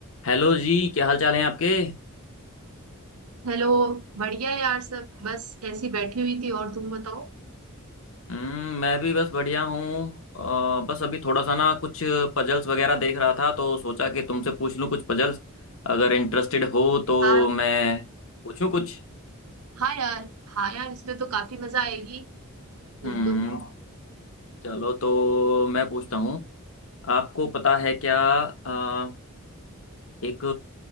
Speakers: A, on the left; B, on the right.
A: हेलो जी क्या हाल चाल है आपके
B: Hello बढ़िया है यार सब बस ऐसी बैठी हुई थी और तुम बताओ
A: हम्म मैं भी बस बढ़िया हूँ अ, बस अभी थोड़ा सा ना कुछ पजल्स वगैरह देख रहा था तो सोचा कि तुमसे पूछ लूँ कुछ पजल्स अगर इंटरेस्टेड हो तो
B: हाँ
A: मैं पूछूँ कुछ
B: हाँ यार हाँ यार इसमें तो काफी मजा आएगी बिल्कुल
A: हम्म चलो तो मैं पूछता हूँ आपको पता है क्या अ, एक